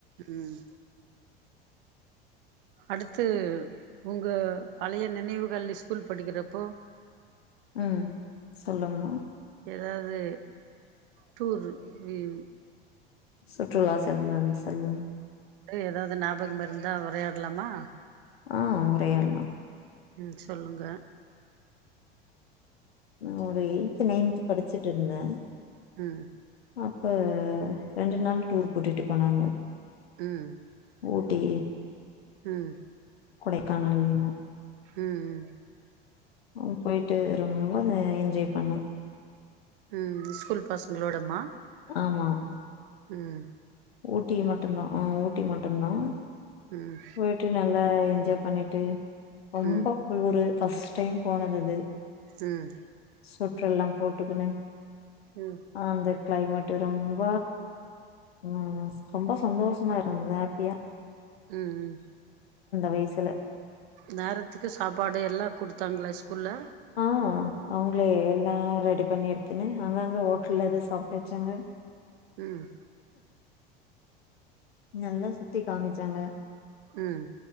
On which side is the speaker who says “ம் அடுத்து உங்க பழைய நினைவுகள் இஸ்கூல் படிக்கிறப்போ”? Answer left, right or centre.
Right